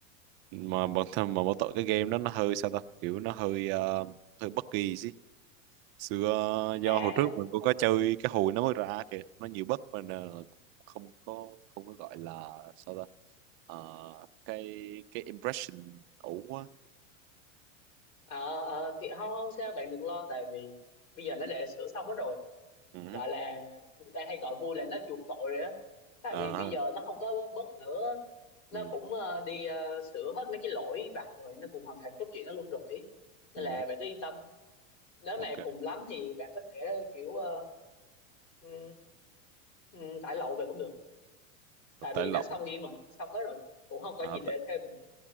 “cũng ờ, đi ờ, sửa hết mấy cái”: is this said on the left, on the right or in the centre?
Left